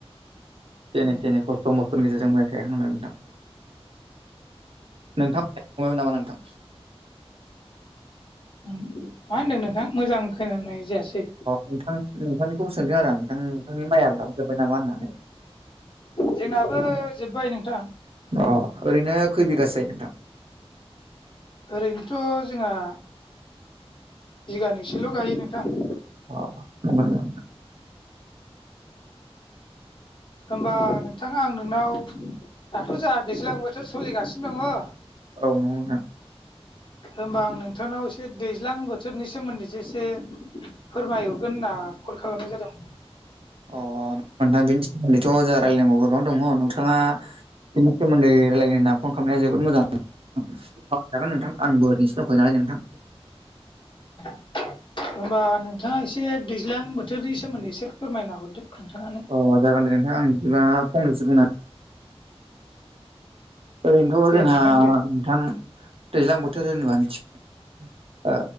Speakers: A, on the right; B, on the left.
A: जेने
B: ए
A: थेने खस्थ' मस्थनि गेजेरजों मैयासो गायखांदों नोंथां। नोंथांमोना गायखांबायमोन नामा नोंथां
B: ओं मा होनदों नोंथां मोजां खोनानाय जायासै।
A: अ नोंथां नोंथांनिखौबो सोंदों आरो आं नोंथां नोंथांनि माइया हाबजोब्बाय नामा होननानै।
B: जोंनाबो जोब्बाय नोंथां
A: अ ओरैनो खै बिगासो जायो नोंथां
B: ओरैनोथ' जोंहा। बिगानैसोल' गायो नोंथां।
A: अ नंगौ नामा
B: होमबा नोंथां आं नोंनाव दाथ' जोंहा दैज्लां बोथोर सोलिगासिनो दङ।
A: औ नंगौ नोंथां।
B: होमबा आं नोंथांनाव एसे दैज्लां बोथोरनि सोमोन्दै जो एसे। फोरमायहरगोन होनना कल खालामनाय जादोंमोन।
A: अ नोंथां बेनि सोमोन्दैथ' जाहा रायलायनांगौ गोबां दङ नोंथाङा। बेनि सोमोन्दै रायलायनायना फन खालामनाया जोबोद मोजां। सावरायजागोन नोंथां आंबो ओरैनोसो दंखायो नालाय नोंथां।
B: <inaudible> होनबा नोंथाङा एसे दैज्लां बोथोरनि सोमोन्दै एसे फोरमायना हरदो खोनथानानै
A: अ जागोन दे नोंथां आं बिदिबा फंनैसो बुंना ओरैनोथ'
B: दे
A: जोंहा
B: नोंथां दे
A: नोंथां दैज्लां बोथोर होनोबा मिथि ओ